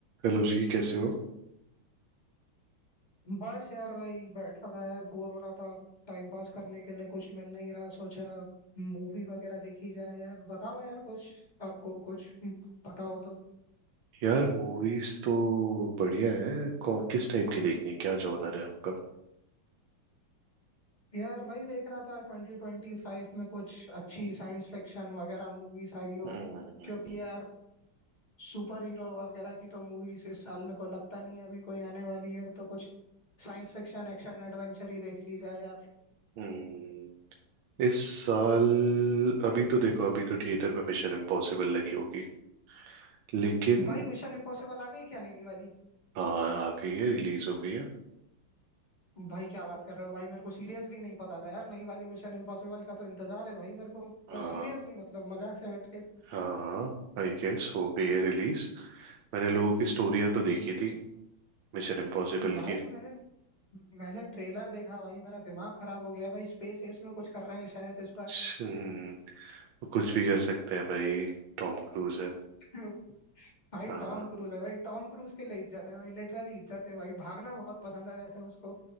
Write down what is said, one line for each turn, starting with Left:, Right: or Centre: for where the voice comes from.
Right: Hello जी कैसे हो
Left: बस यार भाई बैठा था यार बोर हो रहा था टाइम पास करने के लिए कुछ मिल नहीं रहा सोचा मूवी वगैरह देखी जाए यार बताओ यार कुछ आपको कुछ पता हो तो
Right: यार मूवीज तो बढ़िया है कौ, किस टाइप की देखनी है क्या जॉनर है आपका
Left: यार वही देख रहा था ट्वेंटी ट्वेंटी फाइव में कुछ अच्छी साइंस फिक्शन वगैरह मूवीज आई हो
Right: हम्म हम्म, हम्म,
Left: क्योंकि यार सुपर हीरो वगैरह की तो मूवीज इस साल मेरे को लगता नहीं है अभी कोई आने वाली है तो कुछ साइंस फिक्शन एक्शन एडवेंचर ही देख ली जाए यार
Right: हम्म। इस साल अभी तो देखो अभी तो थिएटर में मिशन इम्पॉसिबल लगी होगी लेकिन
Left: भाई मिशन इम्पॉसिबल आ गई क्या नहीं वाली
Right: हाँ आ गई है रिलीज हो गई है
Left: भाई क्या बात कर रहे हो भाई मेरे को सीरियसली नहीं पता था यार नई वाली मिशन इम्पॉसिबल का तो इंतजार है भाई मेरे को
Right: हाँ
Left: सीरियसली मतलब मजाक से हट के
Right: हाँ हाँ आई गेस हो गई है रिलीज मैंने लोगों की स्टोरियां तो देखी थी मिशन इम्पॉसिबल
Left: भाई
Right: की
Left: मैंने मैंने ट्रेलर देखा भाई मेरा दिमाग खराब हो गया भाई स्पेस एस में कुछ कर रहे हैं शायद इस बार
Right: हम्म, वो कुछ भी कर सकते हैं भाई टॉम क्रूज है
Left: <laughs> भाई
Right: हाँ
Left: टॉम क्रूज है भाई टॉम क्रूज के लिए इज्जत है भाई लिटरली इज्जत है भाई भागना बहुत पसंद है वैसे उसको